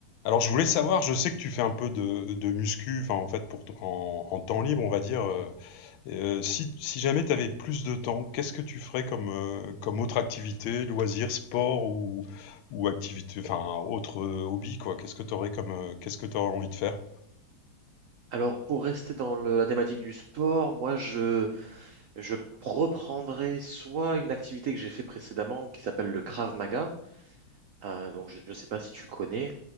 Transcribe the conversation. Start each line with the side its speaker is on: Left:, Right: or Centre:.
Left: Alors, je voulais savoir, je sais que tu fais un peu de, de muscu, enfin, en fait, pour ton- en, en temps libre, on va dire. euh, euh, si, si jamais tu avais plus de temps, qu'est-ce que tu ferais comme, euh, comme autre activité, loisir, sport ou, ou activité, enfin, autre euh, hobby, quoi? Qu'est-ce que tu aurais comme, euh, qu'est-ce que tu aurais envie de faire?
Right: Alors, pour rester dans le- la thématique du sport, moi, je, je reprendrai soit une activité que j'ai fait précédemment qui s'appelle le Krav Maga. Euh, donc, je ne sais pas si tu connais.